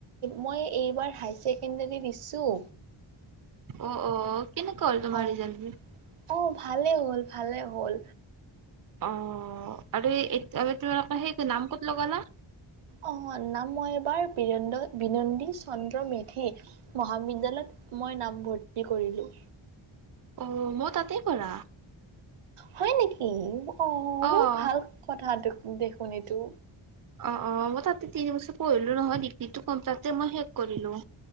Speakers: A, on the right (about 80°); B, on the right (about 45°).
A: মই এইবাৰ হাই ছেকেণ্ডৰী দিছোঁ।
B: অ অ কেনেকুৱা হল তুমাৰ
A: অ',
B: ৰিজালটো
A: অ ভালেই হ'ল ভালে হ'ল।
B: অ আৰু তোমালোকৰ সেই নাম ক'ত লগালা?
A: অ--মোৰ নাম মই এইবাৰ বীৰেন্দ্ৰ বিনন্দী চন্দ্ৰ মেধি মহাবিদ্যালয়ত মই নামভৰ্তি কৰিলোঁ।
B: অ মই তাতেই কৰা।
A: হয় নেকি? অ মোৰ
B: অ',
A: ভাল কথাটো দেখোন এইতু
B: অ অ মই তাতে তিন বছৰ পঢ়িলো নহয় ডিগ্ৰীটো তাতে মই শেষ কৰিলো।